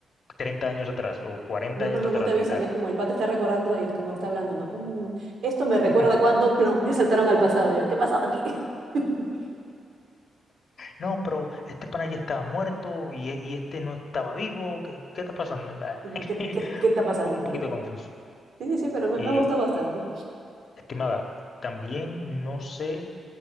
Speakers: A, on the left (about 50°); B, on the right (about 70°).
A: 30 años atrás o 40
B: No,
A: años
B: no, no,
A: atrás
B: no te avisan,
A: y tal.
B: es como el pata está recordando y es como está hablando, ¿no? "Mm, esto me recuerda
A: Ujú.
B: cuando, plom, ya saltaron al pasado yo. ¿Qué pasó aquí? <laughs>
A: No, pero este pana ya estaba muerto y, e- y este no estaba vivo. ¿Qué, qué está pasando? Nah.
B: Sí, No, ¿qué, qué, qué está
A: <laughs>
B: pasando
A: Un
B: aquí?
A: poquito confuso.
B: Sí, sí, sí, pero me,
A: Eh,
B: me ha gustado bastante.
A: Estimada, también no sé,